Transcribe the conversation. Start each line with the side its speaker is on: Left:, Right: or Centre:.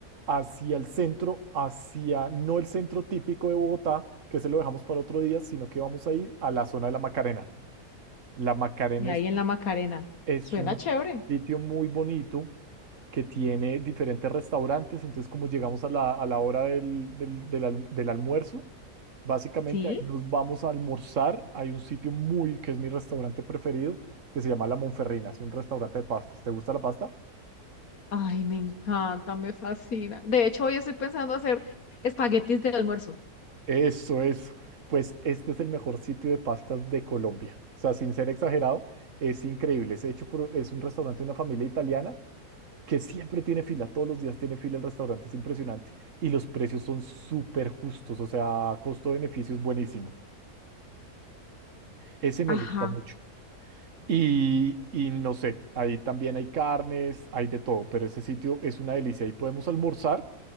Right: hacia el centro, hacia no el centro típico de Bogotá, que se lo dejamos para otro día, sino que vamos a ir a la zona de la Macarena. La Macarena
Left: y ahí
Right: es,
Left: en la Macarena.
Right: es
Left: Suena
Right: un
Left: chévere,
Right: sitio muy bonito que tiene diferentes restaurantes, entonces como llegamos a la, a la hora del, del, del alm- del almuerzo, Básicamente
Left: ¿sí?
Right: ahí nos vamos a almorzar. Hay un sitio muy, que es mi restaurante preferido, que se llama La Monferrina. Es un restaurante de pastas. ¿Te gusta la pasta?
Left: Ay, me encanta, me fascina. De hecho, hoy estoy pensando hacer espaguetis de almuerzo.
Right: Eso es. Pues este es el mejor sitio de pastas de Colombia. O sea, sin ser exagerado, es increíble. Es hecho por, es un restaurante de una familia italiana que siempre tiene fila. Todos los días tiene fila el restaurante. Es impresionante. Y los precios son súper justos. O sea, costo-beneficio es buenísimo. Ese me
Left: Ajá.
Right: gusta mucho. Y, y no sé, ahí también hay carnes, hay de todo, pero ese sitio es una delicia. Ahí podemos almorzar